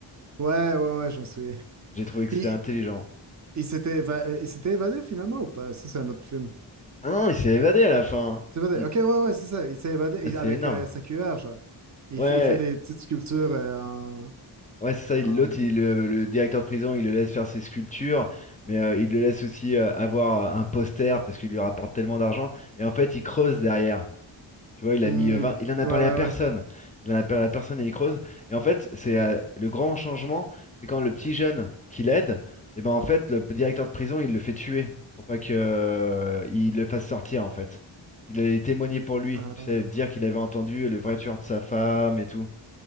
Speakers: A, on the right; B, on the left.
A: ouais, ouais, ouais, je me souviens.
B: J'ai trouvé que
A: Puis,
B: c'était intelligent.
A: il s'était éva- euh, il s'était évadé finalement ou pas? Ça, c'est un autre film.
B: Ah non, il s'est évadé à la fin.
A: Il s'est évadé.
B: Il-
A: Ok, ouais, ouais, c'est ça. Il s'est évadé
B: Ah,
A: et
B: c'est
A: avec
B: énorme.
A: euh, sa cuillère, genre. Il
B: Ouais,
A: fait, il fait des petites sculptures euh, en,
B: ouais, c'est ça. il-
A: en-
B: L'autre, il- le, le directeur de prison, il le laisse faire ses sculptures, mais euh, il le laisse aussi euh, avoir euh, un poster parce qu'il lui rapporte tellement d'argent. Et en fait, il creuse derrière. Tu vois, il
A: Hmm.
B: a mis euh, 20 il en a
A: Ouais,
B: parlé
A: ouais,
B: à personne.
A: ouais.
B: Il en a parlé à personne et il creuse. Et en fait, c'est euh, le grand changement, c'est quand le petit jeune qui l'aide, et ben en fait, le p- directeur de prison, il le fait tuer pour pas que euh, il le fasse sortir en fait. Il allait témoigner pour lui,
A: Euh,
B: tu sais, dire qu'il avait entendu le vrai tueur de sa femme et tout.